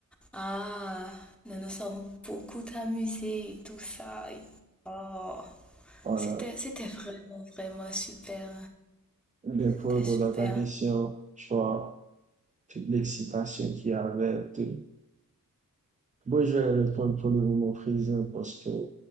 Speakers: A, in the centre; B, on the right.
A: Ah, nous nous sommes beaucoup amusés, et tout ça. Et- Oh,
B: <laughs>
A: c'était, c'était vraiment, vraiment super.
B: le propos
A: C'était super.
B: dans ta question, tu vois, toute l'excitation qu'il y avait, tout. Moi, je vais répondre pour le moment présent parce que